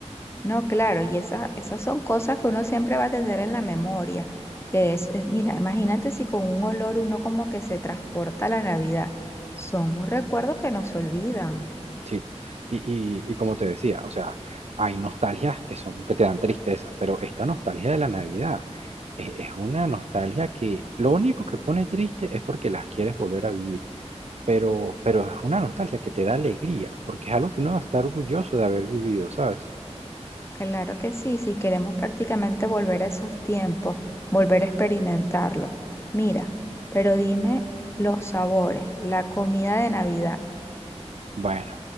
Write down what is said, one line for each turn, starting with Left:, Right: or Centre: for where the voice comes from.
Left: No, claro, y esas, esas son cosas que uno siempre va a tener en la memoria. Que es, es- mira, imagínate si con un olor uno como que se transporta a la Navidad. Son recuerdos que no se olvidan.
Right: Sí, y, y- y como te decía, o sea, hay nostalgias que son, que te dan tristeza, pero esta nostalgia de la Navidad es, es una nostalgia que lo único que pone triste es porque las quieres volver a vivir, pero, pero es una nostalgia que te da alegría, porque es algo que uno está orgulloso de haber vivido, ¿sabes?
Left: Claro que sí, si queremos prácticamente volver a esos tiempos, volver a experimentarlo. Mira, pero dime los sabores, la comida de Navidad.
Right: Bueno,